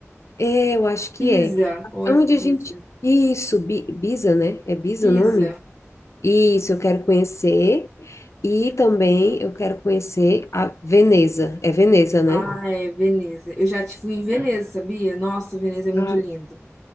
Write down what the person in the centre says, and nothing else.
Pisa,
ou é
Pisa?
Pisa.
Ah, é, Veneza. Eu já te fui em Veneza, sabia? Nossa, Veneza é muito
lindo.